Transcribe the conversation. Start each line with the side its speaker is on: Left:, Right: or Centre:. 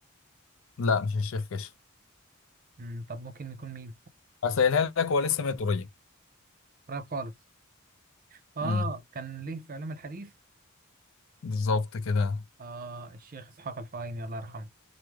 Left: لا مش الشيخ كشك
Right: مم، طب ممكن يكون مين
Left: هسألها لك هو لسه ميت قريب
Right: قريب خالص اه
Left: امم
Right: كان ليه في علوم الحديث
Left: بالظبط كده
Right: اه الشيخ اسحاق الفهيمي الله يرحمه